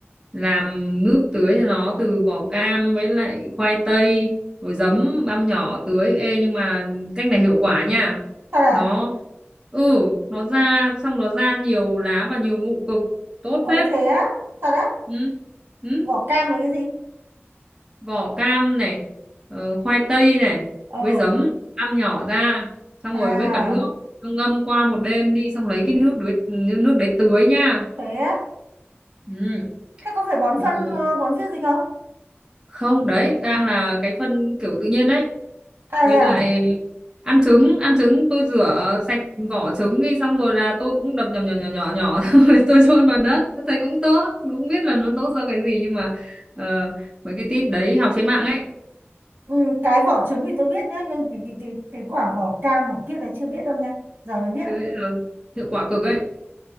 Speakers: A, on the right; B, on the right.
A: làm nước tưới cho nó từ vỏ cam với lại khoai tây rồi giấm băm nhỏ tưới ê nhưng mà cách này hiệu quả nha
B: thật à
A: nó ừ nó ra xong nó ra nhiều lá và nhiều nụ cực tốt
B: ôi
A: phết
B: thế á thật á
A: ừ. Ừ
B: vỏ cam là cái gì
A: vỏ cam này ờ, khoai tây này
B: ờ
A: với giấm ăn nhỏ ra xong
B: à
A: rồi với cả nước Xong ngâm qua một đêm đi xong lấy cái nước đấy nước đấy tưới nha
B: thế á
A: ừ.
B: thế có phải bón
A: rồi
B: phân ờ, bón phết gì không
A: không đấy đang là cái phân kiểu tự nhiên đấy
B: à
A: với
B: thế
A: lại
B: à
A: ờ, ăn trứng ăn trứng tôi rửa sạch vỏ trứng đi xong rồi là tôi cũng đập nhỏ nhỏ nhỏ nhỏ nhỏ <laughs> xong rồi tôi chôn vào đất tôi thấy cũng tốt cũng biết là nó tốt do cái gì nhưng mà ờ, mấy cái tip đấy học trên mạng ấy
B: ừ, cái vỏ trứng thì tôi biết nhá nhưng cái, cái, cái, cái quả vỏ cam vỏ kia là chưa biết đâu nha giờ mới biết ạ.
A: chứ ờ, hiệu quả cực ấy